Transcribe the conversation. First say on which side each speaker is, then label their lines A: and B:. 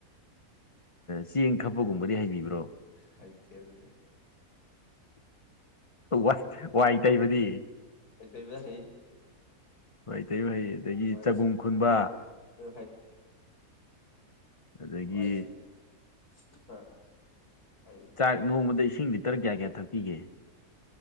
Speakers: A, on the left; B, on the left.
A: ꯆꯦꯡ ꯈꯞꯄꯒꯨꯝꯕꯗꯤ ꯍꯩꯕꯤꯕ꯭ꯔꯣ
B: ꯍꯩꯇꯦ ꯑꯗꯨꯗꯤ
A: ꯋꯥ ꯋꯥꯏ ꯇꯩꯕꯗꯤ
B: <unintelligible> ꯍꯩ
A: ꯋꯥꯢ ꯇꯩꯕ ꯍꯩ ꯑꯗꯒꯤ
B: ꯋꯥꯏ
A: ꯆꯒꯨꯝ ꯈꯨꯟꯕ
B: ꯁꯤꯠꯄ
A: ꯑꯗꯒꯤ
B: ꯑꯣ ꯋꯥꯏ ꯁꯤ ꯁꯤꯠꯄ ꯍꯩ
A: ꯆꯥꯛ ꯅꯣꯡꯃꯗ ꯏꯁꯤꯡ ꯂꯤꯇꯔ ꯀꯌꯥ ꯀꯌꯥ ꯊꯛꯄꯤꯒꯦ